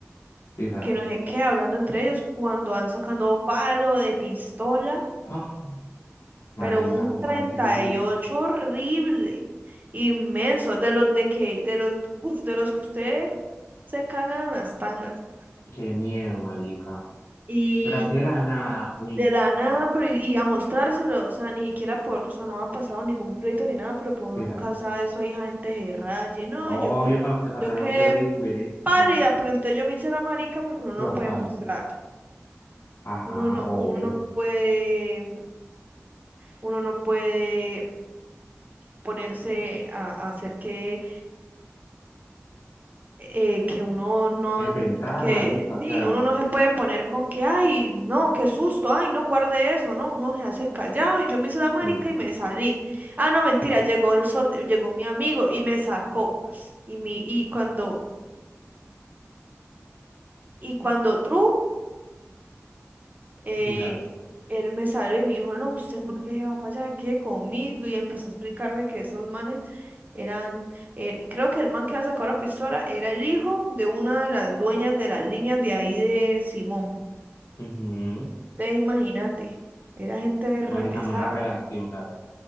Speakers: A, on the left; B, on the right.
A: Quizás.
B: que no sé qué, hablando entre ellos, cuando van sacando palo de pistola,
A: Ah, marica,
B: pero un
A: ¿cómo
B: 38
A: así?
B: horrible, inmenso, de los de que, de los, <laughs> uf, de los que ustedes se cagan en las tangas.
A: Qué miedo, marica.
B: Y
A: Pero así de la nada. Uy,
B: de
A: no,
B: la
A: qué
B: nada,
A: gonorrea.
B: pero y, y a mostrárselo, o sea, ni siquiera por, o sea, no ha pasado ningún pleito ni nada, pero pues uno
A: Quizás.
B: nunca sabe eso, hay gente que raye, no,
A: Obvio,
B: yo,
A: en cua- en cualquier
B: yo quedé
A: momento el wingüire,
B: pálida,
A: claro.
B: pero entonces yo me hice la marica porque uno
A: Flor
B: no puede
A: pálida.
B: mostrar,
A: Ajá,
B: uno no,
A: obvio.
B: uno no puede Uno no puede ponerse a, a hacer que, eh, que uno no,
A: A inventar,
B: que
A: marica, o
B: sí,
A: sea.
B: uno no se puede poner con que, ay, no, qué susto, ay, no guarde eso, no, uno se hace callado, yo me hice la marica
A: Sí,
B: y me salí. Ah, no, mentira, llegó el so- llegó mi amigo y me sacó. Y mi, y cuando, y cuando tru eh,
A: quizás.
B: él me salió y me dijo, no, usted por qué se va para allá, quede conmigo. Y empezó a explicarme que esos manes eran, eh, creo que el man que había sacado la pistola era el hijo de una de las dueñas de las líneas de ahí de Simón.
A: Ujú.
B: Te imagínate, era gente repesada,
A: Marica, mala relación, la verdad.